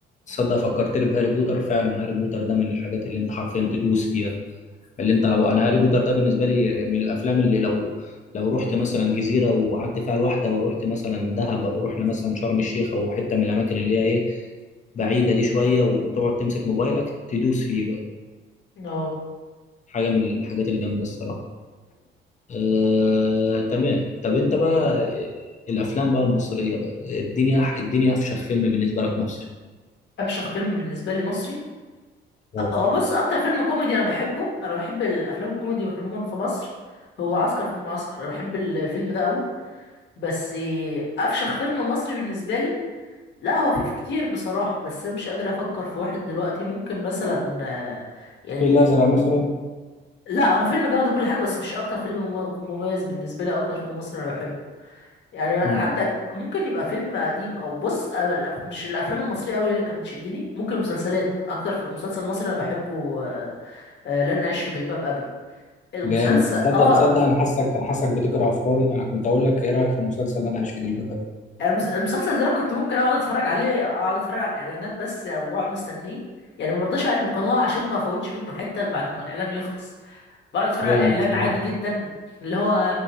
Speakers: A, on the left; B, on the left.
A: تصدق فكرتني بهاري بوتر فعلا هاري بوتر ده من الحاجات اللي انت حرفيا تدوس فيها اللي انت لو انا هاري بوتر ده بالنسبه لي من الافلام اللي لو لو رحت مثلا جزيره وقعدت فيها لوحده ورحت مثلا دهب او رحنا مثلا شرم الشيخ او حته من الاماكن اللي هي ايه بعيده دي شويه وتقعد تمسك موبايلك تدوس فيه بقى
B: اه
A: حاجه من الحاجات الجامده الصراحه آه، تمام طب انت بقى الافلام بقى المصريه بقى الدنيا الدنيا افشخ فيلم بالنسبه لك مصري
B: افشخ فيلم بالنسبه لي مصري
A: آه.
B: هو بص اكتر فيلم كوميدي انا بحبه انا بحب الافلام الكوميدي عموما في مصر هو عسكر في المعسكر انا بحب الفيلم ده قوي بس افشخ فيلم مصري بالنسبه لي لا هو في في كتير بصراحه بس انا مش قادر افكر في واحد دلوقتي ممكن مثلا آه، يعني
A: الفيل الأزرق مثلا
B: لا هو فيلم جامد وكل حاجه بس مش اكتر فيلم مو- مميز بالنسبه لي أو اكتر فيلم مصري انا بحبه يعني عندك
A: مم.
B: ممكن يبقى فيلم قديم او بص أنا الأف- مش الافلام المصريه قوي اللي كانت بتشدني ممكن المسلسلات اكتر في مسلسل مصري انا بحبه آه، آه، لن اعيش في جلباب ابي المسلسل
A: جامد تصدق
B: اه
A: تصدق أنا حاسك أنا حاسك بتقرأ أفكاري أنا كنت أقول لك إيه رأيك في المسلسل اللي أنا عايش في جلباب
B: المس- المسلسل ده انا كنت ممكن اقعد اتفرج عليه اقعد اتفرج على الاعلانات بس واقعد مستنيه يعني ما برضاش اقلب القناه عشان ما افوتش منه حته بعد ما الاعلان يخلص بقعد اتفرج
A: جامد
B: على الاعلان
A: الصراحة
B: عادي جدا اللي هو